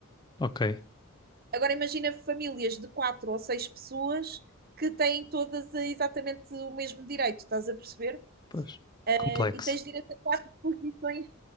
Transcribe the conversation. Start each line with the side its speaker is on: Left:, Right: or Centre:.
Left: Ok,
Right: Agora imagina famílias de quatro ou seis pessoas que têm todas eh, exatamente o mesmo direito, estás a perceber?
Left: pois, complexo,
Right: Eh, E tens direito a quatro posições,